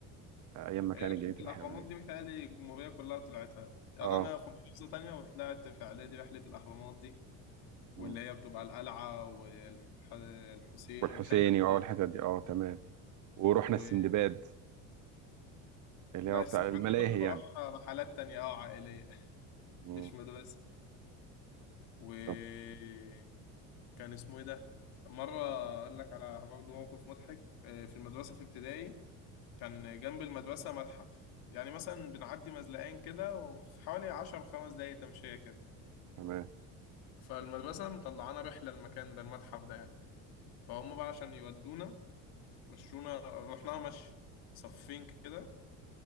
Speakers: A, on the right; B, on the left.
A: آه، أيام ما كانت
B: هي رحله
A: جنينة
B: الاهرامات
A: الحيوانات
B: دي متهيألي الجمهوريه كلها طلعتها يعني
A: اه
B: انا في محافظه تانية وطلعت في اعدادي رحله الاهرامات دي واللي
A: مم.
B: هي بتبقى القلعه والحسين
A: والحسيني
B: والحتت دي
A: وأول الحتت دي اه تمام ورحنا
B: و...
A: السندباد اللي
B: لا
A: هو بتاع
B: السندباد
A: الملاهي
B: دي كنت بروح
A: يعني
B: رحلات تانية اه عائلية
A: مم.
B: مش مدرسة وكان
A: طب
B: اسمه ايه ده مرة اقول لك على برضه موقف مضحك آه، في المدرسة في ابتدائي كان جنب المدرسة متحف يعني مثلا بنعدي مزلقين كده وحوالي عشر خمس دقايق تمشية كده
A: تمام
B: فالمدرسة مطلعانا رحلة المكان ده المتحف ده يعني فهم بقى عشان يودونا مشونا رحناها مشي صفين كده